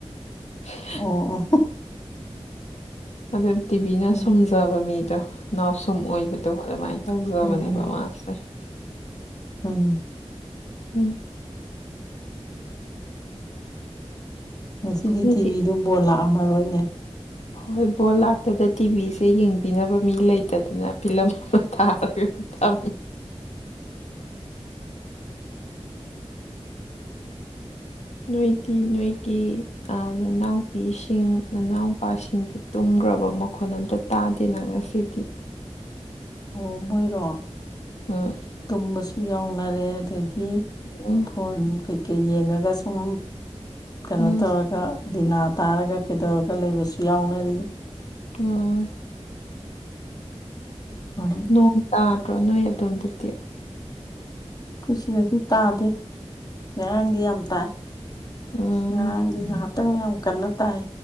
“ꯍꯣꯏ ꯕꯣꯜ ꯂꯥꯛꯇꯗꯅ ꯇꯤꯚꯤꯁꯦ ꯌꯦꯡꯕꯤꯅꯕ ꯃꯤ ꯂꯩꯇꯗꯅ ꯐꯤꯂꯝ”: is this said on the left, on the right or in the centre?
Left